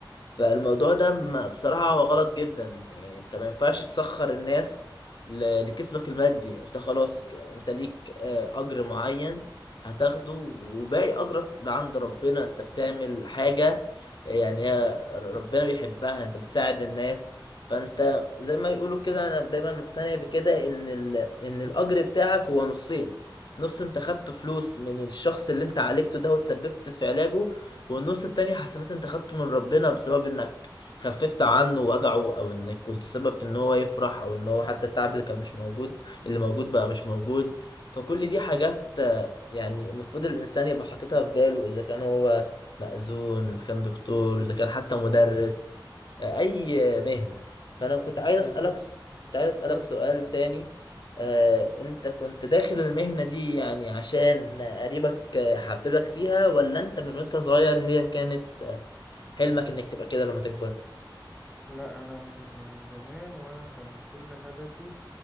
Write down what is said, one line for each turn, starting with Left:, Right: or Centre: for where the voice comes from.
Left: فالموضوع ده م- بصراحه هو غلط جدا يعني انت ما ينفعش تسخر الناس ل- لكسبك المادي انت خلاص ك- انت ليك آه، اجر معين هتاخده وباقي أجرك ده عند ربنا أنت بتعمل حاجة يعني هي ربنا بيحبها أنت بتساعد الناس فأنت زي ما يقولوا كده أنا دايما مقتنع بكده إن ال... إن الأجر بتاعك هو نصين نص أنت خدت فلوس من الشخص اللي أنت عالجته ده وتسببت في علاجه والنص التاني حسنات أنت خدته من ربنا بسبب إنك خففت عنه وجعه أو إنك كنت سبب في إن هو يفرح أو إن هو حتى التعب اللي كان مش موجود اللي موجود بقى مش موجود فكل دي حاجات يعني المفروض الإنسان يبقى حاططها في باله إذا كان هو مأذون إذا كان دكتور إذا كان حتى مدرس آه، أي مهنة فأنا كنت عايز
Centre: بالظبط
Left: أسألك كنت عايز
Centre: اتفضل
Left: أسألك سؤال تاني آه،
Centre: مم.
Left: أنت كنت داخل المهنة دي يعني عشان قريبك آه، حببك فيها ولا أنت من وأنت صغير هي كانت آه، حلمك إنك تبقى كده لما تكبر؟
Centre: لا انا من زمان وانا كان كل هدفي